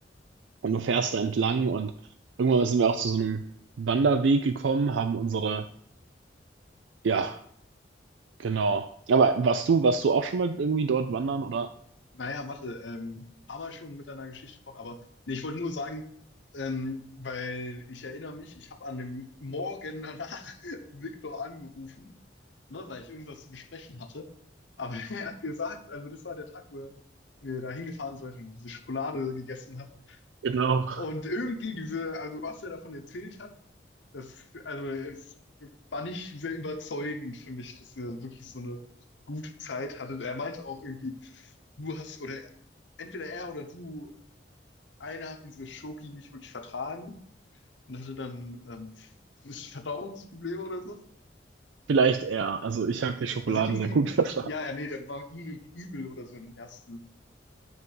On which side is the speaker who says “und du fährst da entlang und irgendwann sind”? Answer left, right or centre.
Right